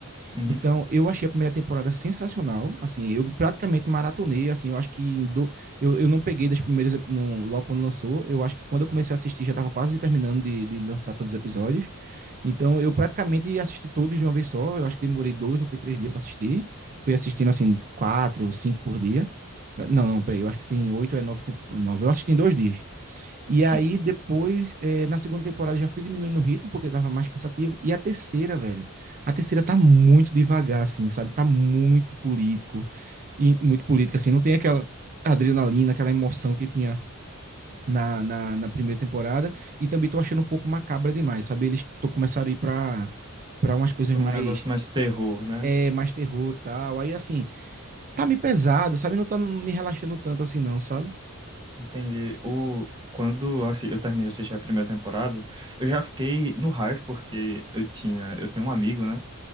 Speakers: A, on the right; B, on the right.
A: uhum,
B: Então, eu achei a primeira temporada sensacional, assim, eu praticamente maratonei, assim, eu acho que em do, eu, eu não peguei das primeiras, ep- no, logo quando lançou, eu acho que quando eu comecei a assistir já estava quase terminando de, de lançar todos os episódios, então, eu praticamente assisti todos de uma vez só. Eu acho que demorei dois ou foi três dias para assistir. Fui assistindo, assim, quatro, ou cinco por dia. Não, não, peraí, eu acho que tem oito ou é nove, tempo- nove. Eu assisti em dois dias. E
A: sim.
B: aí, depois, eh, na segunda temporada, já fui diminuindo o ritmo, porque tava mais cansativo. E a terceira, velho, a terceira tá muito devagar, assim, sabe? Tá muito político, e muito política, assim. Não tem aquela adrenalina, aquela emoção que tinha na, na, na primeira temporada e também tô achando um pouco macabra demais, sabe? Eles tô começaram a ir pra, pra umas coisas
A: Por
B: mais
A: um negócio mais terror, né?
B: é, mais terror e tal. Aí assim, tá meio pesado, sabe? Não tá me relaxando tanto assim não, sabe?
A: Entendi. O, quando assim, eu terminei de assistir a primeira temporada, eu já fiquei no hype, porque eu tinha, eu tenho um amigo, né?